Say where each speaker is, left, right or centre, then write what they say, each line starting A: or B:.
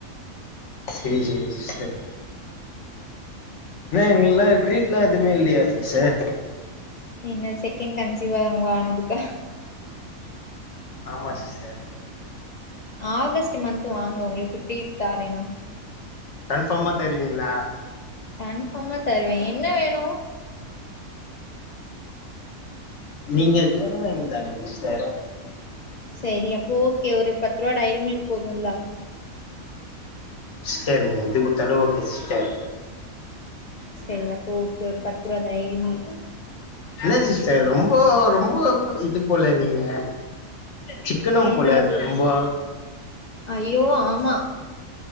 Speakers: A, on the left; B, on the left.
A: சேரி சேரி சிஸ்டர் இன்னா எங்குல்லா ட்ரீட்ல்லா எதுமே இல்லயா சிஸ்டர்
B: என்ன செகண்ட் கன்சிவா அவுங்க ஆனதுக்கா
A: ஆமா சிஸ்டர்
B: ஆகஸ்ட்டு மந்த் வாங்க உங்களுக் டிரீட் தாரே நா
A: கன்ஃபாமா தருவீங்ளா
B: கன்ஃபாமா தருவே என்ன வேணு
A: நீங்க எப்டி வேணா வாங்ஙி தாங்க சிஸ்டர்
B: சரி அப்போ ஓகே ஒரு பத்து ரூவா டைரி மில்க் போதுல்லா
A: சிஸ்டர் நீங்க எது குத்தாலு ஓகே சிஸ்டர்
B: செரி அப்போ ஓகே ஒரு பத்து ரூவா டைரி மில்க்
A: ன்னா சிஸ்டர் ரொம்போ ரொம்போ இது போல நீங்க சிக்கனம்
B: என்னது
A: போல ரொம்போ
B: ஐயோ ஆமா